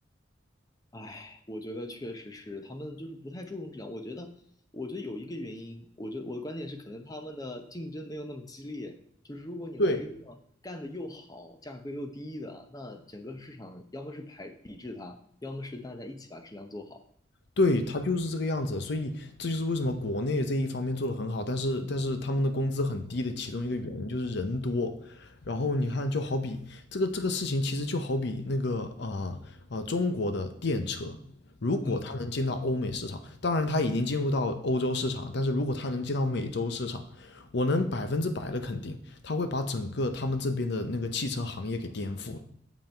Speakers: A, on the left; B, on the left.
A: 唉，我觉得确实是他们就是不太注重质量。我觉得，我觉得有一个原因，我觉得我的观点是，可能他们的竞争没有那么激烈。就是如果你来一个干得又好、
B: 对，
A: 价格又低的，那整个市场要么是排抵制它，要么是大家一起把质量做好。
B: 对，他就是这个样子，所以这就是为什么国内这一方面做的很好，但是但是他们的工资很低的其中一个原因就是人多。然后你看，就好比这个这个事情，其实就好比那个啊啊、呃呃中国的电车，如果它能进到欧美市场，
A: 嗯，
B: 当然它已经进入到欧洲市场，但是如果它能进到美洲市场，我能百分之百的肯定，它会把整个他们这边的那个汽车行业给颠覆了。